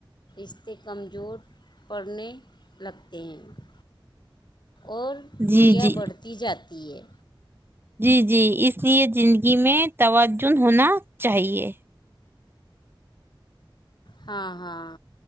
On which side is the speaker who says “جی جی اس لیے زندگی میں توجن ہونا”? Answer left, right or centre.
Right